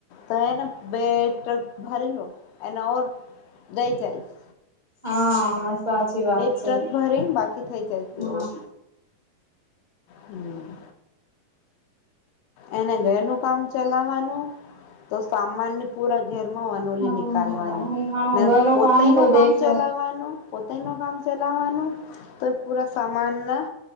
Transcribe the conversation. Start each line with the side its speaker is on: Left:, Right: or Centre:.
Left: તો એને બે ટ્રક ભરી લો એને ઓર દઈ જાયશ
Right: હા સાચી વાત
Left: બે
Right: છે
Left: ટ્રક ભરીને બાકી થઈ જશે
Right: હ
Left: ઓર હમ એને ઘર નું કામ ચલાવવાનું તો સામાનની પૂરક ઘર માં વનોલી
Right: હા
Left: નનીકાલવાની ને
Right: ઘરું
Left: પોતાય
Right: તો
Left: નુ કામ
Right: દેખલો
Left: ચલાવવાનું પોતે નુ કામ ચલાવાનું તો પૂરા સામાન ના